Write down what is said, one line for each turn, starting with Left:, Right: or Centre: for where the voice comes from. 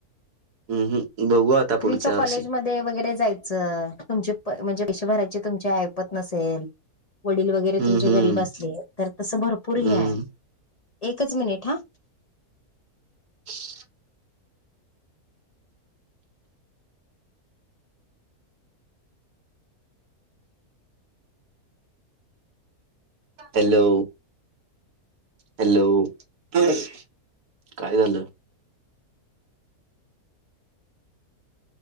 Right: हम्म हम बघू आता पुढच्या
Left: फ्री च्या
Right: वर्षी
Left: कॉलेजमध्ये वगैरे जायचं तुमचे म्हणजे पैशे भरायची तुमची ऐपत नसेल वडील वगैरे
Right: हम्म
Left: तुमचे
Right: हम्म
Left: गरीब असले तर तसं भरपूर हे
Right: हम्म
Left: आहे एकच मिनिट हा
Right: <unintelligible> हॅलो हॅलो काय झालं